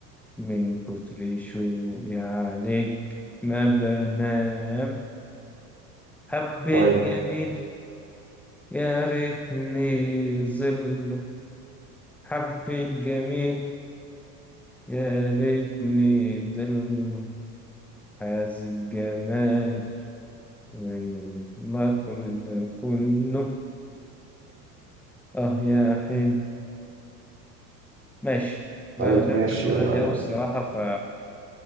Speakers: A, in the centre; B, on the right.
A: من كتر شوقي عليك ما بنام حبيت
B: طيب
A: جميل يا ريتني ظله حبيت جميل يا ليتني ضل حاز الجمال والمكر ده كله اه يا حلو ماشي ده
B: طيب
A: عشان
B: ماشي
A: بحب الغني
B: يلا أنا
A: أوي الصراحة ف